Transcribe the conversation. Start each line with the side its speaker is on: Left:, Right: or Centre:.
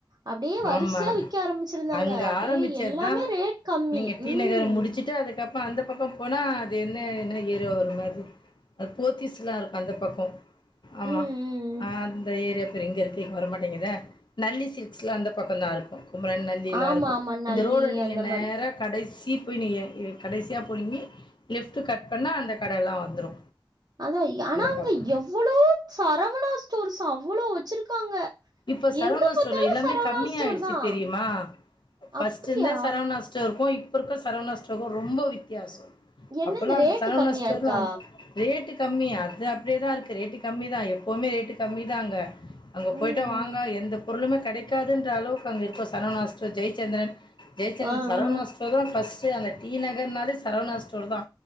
Right: அப்டியே வரிசையா
Left: ஆமா
Right: விக்க ஆரம்பிச்சிருந்தாங்க.
Left: அங்க
Right: அப்டியே
Left: ஆரம்பிச்ச
Right: எல்லாமே
Left: தா
Right: ரேட் கம்மி.
Left: நீங்க டி
Right: ம்.
Left: நகர் முடிச்சுட்டு அதுக்கப் ப்ப அந்த பக்கம் போனா அது என்ன என்ன ஏரியா வரும் அது அது போத்திஸ்லா இருக்கூ அந்த பக்கம் ஆமா
Right: ம், ம்.
Left: ஆ அந்த ஏரியா பேர் எங்க இருக்கு வரமாட்டேங்குதே நல்லி சில்க் க்ஸ் லா அந்த பக்கந்தா இருக்கும் குமரன் நல்லிலா
Right: ஆமா,
Left: இருக்கும்
Right: ஆமா. நல்லி
Left: இந்த ரோடு நீங்க
Right: அந்த
Left: நேரா
Right: மாரி.
Left: கடைசி தீப்பொய் நீய கடைசியா போனிங்னி லெஃப்ட் கட் பண்ணா அந்த கடையெல்லா வந்துரு
Right: அதா ஆனா
Left: அந்த
Right: அங்க
Left: பக்கோ
Right: எவ்வளோ சரவணா ஸ்டோர்ஸ் அவ்வளோ வச்சிருக்காங்க
Left: இப்ப சரவணாஸ்
Right: எங்கால
Left: ஸ்டோர்ல எல்லாமே
Right: சரவணா
Left: கம்மிய
Right: ஸ்டோர்
Left: ஆயிடுச்சு
Right: தான்.
Left: தெரியுமா ஃபர்ஸ்ட்
Right: அப்டியா?
Left: இருந்த சரவணா ஸ்டோர்க்கூ இப்ப இருக்குற சரவணா ஸ்டோர்க்கூ ரொம்ப வித்தியாசொ
Right: என்னது
Left: அப்பல்லா
Right: ரேட்டு
Left: அந்த சரவணாஸ்
Right: கம்மியா
Left: ஸ்டோர்ல
Right: இருக்கா?
Left: ரேட்டு கம்மி அது அப்டியே தா இருக்கு ரேட்டு கம்மி தா எப்போவுமே ரேட்டு கம்மி தா அங்க
Right: ம்,
Left: போய்டோ வாங்க
Right: ம்.
Left: எந்த பொருளுமே கெடைக்காதுன்ற அளவுக்கு அங்கே இருக்கூ சரவணாஸ் ஸ்டோர் ஜெயச்சந்திரன் ஜெயச்சந்தன்
Right: ஆ,
Left: சரவணாஸ்
Right: ஆ.
Left: ஸ்டோர் தா ஃபஸ்டு அந்த டி நகர்னாலே சரவணாஸ் ஸ்டோர் தா